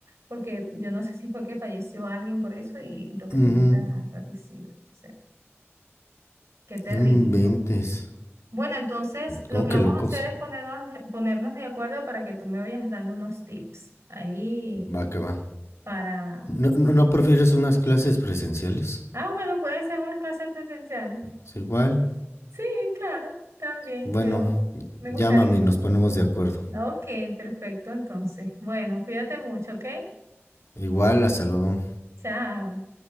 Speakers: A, on the right; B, on the left.
A: porque yo no sé si fue que falleció alguien por eso y, y lo que
B: Ujú,
A: tenía era raticida. O sea, qué terrible,
B: No inventes.
A: ¿no? Bueno, entonces lo
B: ¿Cómo
A: que
B: que
A: vamos
B: locos?
A: a hacer es ponernos, de- ponernos de acuerdo para que tú me vayas dando unos tips ahí
B: Va que va.
A: para
B: ¿No, no, no prefieres unas clases presenciales?
A: Ah, bueno, pueden ser unas clases presenciales.
B: Es igual.
A: Sí, claro, también,
B: Bueno,
A: yo me gustaría.
B: llámame y nos ponemos de acuerdo.
A: Ok, perfecto, entonces. Bueno, cuídate mucho, ¿ok?
B: Igual, hasta luego.
A: Chao.